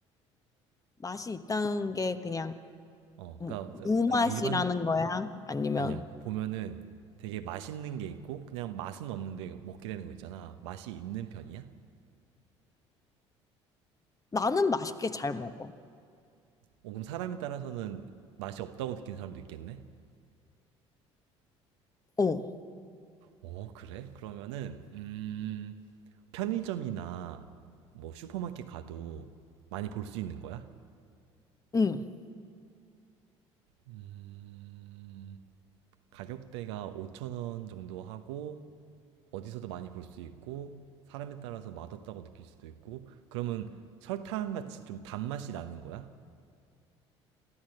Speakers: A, on the left (about 25°); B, on the right (about 75°).
A: 맛이 있다는 게 그냥
B: 어,
A: 무-
B: 그니까,
A: 무맛이라는
B: 딱 일반,
A: 거야? 아니면
B: 아니야. 그 보면은 되게 맛있는 게 있고, 그냥 맛은 없는데 먹게 되는 거 있잖아. 맛이 있는 편이야? 어,
A: 나는 맛있게 잘 먹어.
B: 그럼 사람에 따라서는 맛이 없다고 느낀 사람도 있겠네?
A: 어,
B: 어, 그래? 그러면은, 음, 편의점이나 뭐 슈퍼마켓 가도 많이 볼 수 있는 거야?
A: 응.
B: 음, 가격대가 5천원 정도 하고, 어디서도 많이 볼 수 있고, 사람에 따라서 맛없다고 느낄 수도 있고, 그러면 설탕 같이 좀 단맛이 나는 거야?